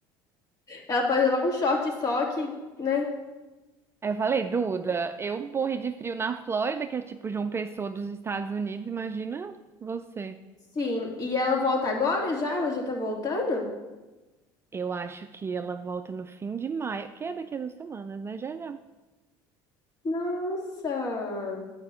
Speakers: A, on the left; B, on the right.
A: Ela pode levar um short só que, né?
B: Aí eu falei, Duda, eu morri de frio na Flórida, que é tipo João Pessoa dos Estados Unidos, imagina você.
A: Sim, e ela volta agora já? Ela já tá voltando?
B: Eu acho que ela volta no fim de maio, que é daqui a duas semanas, né? Já já.
A: Nossa,